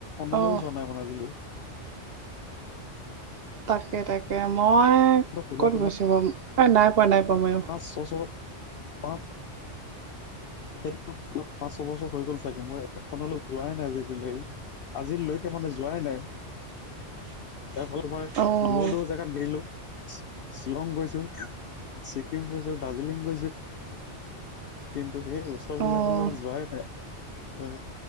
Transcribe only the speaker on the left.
সলৈও
জোৱা নাই মানে আজিলি <unintelligible>
খোলা
তোমাৰ
পাঁচ ছবছৰ পাঁচ সেই পাঁচ ছয়বছৰ হৈ গ'ল চাগে মই এখনলৈ যোৱাই নাই আজিকালি- আজিলৈকে মানে যোৱাই নাই।
ইাৰ ফালৰ পৰাই
দূৰৰ দূৰ জেগাত দেৰিিলো শ্বিলং গৈছো। ছিকিম গৈছো, দাৰ্জিলিং গৈছো কিন্তু- ত সেই ওচৰবিলাকলৈ
যোৱাই নাই।